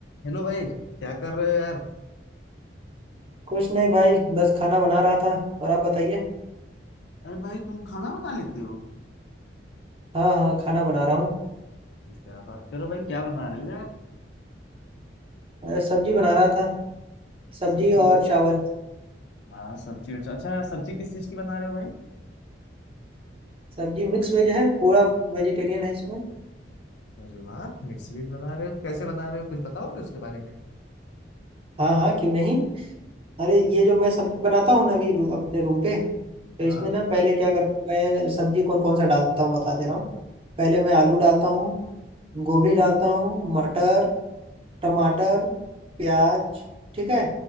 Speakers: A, on the left; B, on the right.
A: हेलो भाई क्या कर रहे हो यार
B: कुछ नहीं भाई बस खाना बना रहा था और आप बताइए
A: अरे भाई तुम खाना बना लेते हो
B: हाँ हाँ खाना बना रहा हूँ
A: अरे क्या बात करो भाई क्या बना रहे हो यार
B: अ, सब्जी बना रहा था सब्जी
A: सब्जी
B: और
A: बा
B: चावल
A: हाँ सब्जी अच्छा अच्छा सब्जी किस चीज की बना रहे हो भाई
B: सब्जी मिक्स वेज है पूरा वेजिटेरियन है इसमें
A: अरे वाह मिर्च भी बना रहे हो कैसे बना रहे हो कुछ बताओगे उसके बारे में
B: हाँ हाँ क्यों नहीं अरे ये जो मैं सब्जी बनाता हूँ ना अभी रू, अपने रूम पे तो
A: हाँ
B: इसमें ना पहले क्या करता हूँ मैं सब्जी कौन कौन सा डालता हूँ बता दे रहा हूँ पहले मैं आलू डालता हूँ गोभी डालता हूँ मटर टमाटर प्याज ठीक है